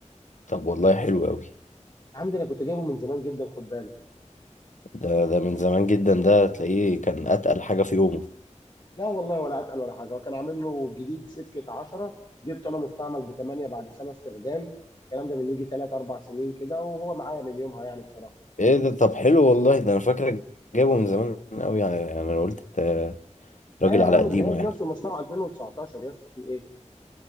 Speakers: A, on the left; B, on the left.
A: طب والله حلو قوي
B: يا عم ده انا كنت جايبه من زمان جدا خد بالك
A: ده ده من زمان جدا ده تلاقيه كان اتقل حاجه في يومه
B: لا والله ولا اتقل ولا حاجه وكان عامل له جديد سكه 10 جبته انا مستعمل ب 8 بعد سنه استخدام الكلام ده من يجي 3 4 سنين كده وهو معايا من يومها يعني بصراحه
A: ايه ده طب حلو والله ده انا فاكرك جايبه من زمان قوي يعني يعني انا قلت آه،
B: لا
A: راجل
B: يا
A: على
B: عم
A: قديمه
B: الجهاز
A: يعني
B: نفسه مصنوع 2019 يا اسطى في ايه